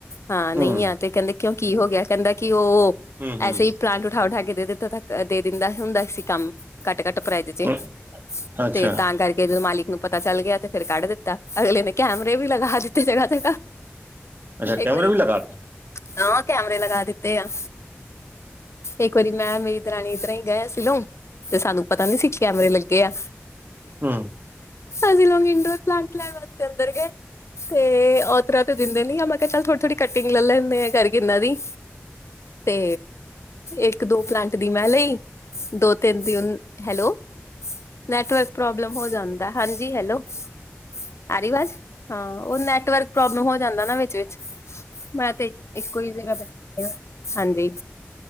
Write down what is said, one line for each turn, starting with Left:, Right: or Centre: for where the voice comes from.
Left: ਹਾਂ ਨਹੀਂ
Right: ਹੂੰ,
Left: ਆ ਤੇ ਕਹਿੰਦੇ ਕਿਉਂ ਕੀ ਹੋ ਗਿਆ ਕਹਿੰਦਾ ਉਹ
Right: ਹੂੰ-ਹੂੰ,
Left: ਐਸੇ ਹੀ ਪਲਾਂਟ ਉਠਾ-ਉਠਾ ਕੇ ਦੇ ਦਿੱਤਾ ਦੇ ਦਿੰਦਾ ਹੁੰਦਾ ਸੀ ਕੰਮ। ਘੱਟ ਘੱਟ ਪ੍ਰਾਈਜ਼ ਚ
Right: ਅ ਅੱਛਾ,
Left: ਤੇ ਤਾਂ ਕਰਕੇ ਜਦੋਂ ਮਾਲਿਕ ਨੂੰ ਪਤਾ ਚੱਲ ਗਿਆ ਤੇ ਫੇਰ ਕੱਢ ਦੇ ਤਾ ਅਗਲੇ ਨੇ ਕੈਮਰੇ ਵੀ ਲਗਾ ਦਿੱਤੇ ਜਗ੍ਹਾ ਜਗ੍ਹਾ।
Right: ਅੱਛਾ
Left: ਇੱਕ
Right: ਕੈਮਰੇ
Left: ਵਾਰੀ
Right: ਵੀ ਲਗਾਤਾ।
Left: ਹਾਂ ਕੈਮਰੇ ਲਗਾ ਦਿੱਤੇ ਆ ਇੱਕ ਵਾਰੀ ਮੈਂ ਵੀੇ ਦ ਰਾਣੀ ਤਰ ਹੀ ਗ ਸੀਿਲੋਂ ਤੇ ਸਾਨੂੰ ਪਤਾ ਨੀ ਸੀ ਕੈਮਰੇ ਲੱਗੇ ਆ।
Right: ਹੂੰ।
Left: ਅ ਲੋਂਗ ਇੰਡੋਰ ਪਲਾਂਟ ਲੈਣ ਵਾਸਤੇ ਅੰਦਰ ਗਏ ਤੇ ਓਤਰਾ ਤੇ ਦਿੰਦੇ ਨੀ ਆ ਚੱਲ ਥੋੜੀ ਥੋੜੀ ਕਟਿੰਗ ਲੈ ਲੈਂਦੇ ਆ ਕਰਕੇ ਇਹਨਾਂ ਦੀ ਤੇ ਇੱਕ ਦੋ ਪਲਾਂਟ ਦੀ ਮੈਂ ਲਈ ਦੋ ਤਿੰਨ ਦਿ ਹੈਲੋ ਨੈਟਵਰਕ ਪ੍ਰੋਬਲਮ ਹੋ ਜਾਂਦਾ ਹਾਂਜੀ ਹੈਲੋ। ਆ ਰਹੀ ਵਾਜ਼ ਹਾਂ ਉਹ ਨੈਟਵਰਕ ਪ੍ਰੋਬਲਮ ਹੋ ਜਾਂਦਾ ਨਾ ਵਿੱਚ ਵਿਚ ਮੈਂ ਤੇ ਇੱਕੋ ਹੀ ਜਗ੍ਹਾ ਬੈਠੀ ਐ। ਹਾਂਜੀ